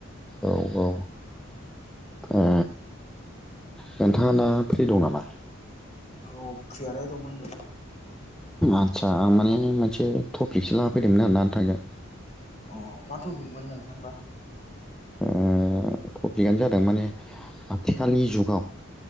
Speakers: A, in the centre; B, on the left.
A: औ औ ओ नोंथाङा मा फ्रि दं नामा?
B: औ फ्रियालाय दंमोन नोंथां
A: आतसा माने मोनसे थ फिक्स लाना फैदोंमोन आर ना नोंथांजों
B: अ मा थफिकमोन नोंथांबा
A: ओ टपिकआनो जादों माने आथिखालनि जुगाव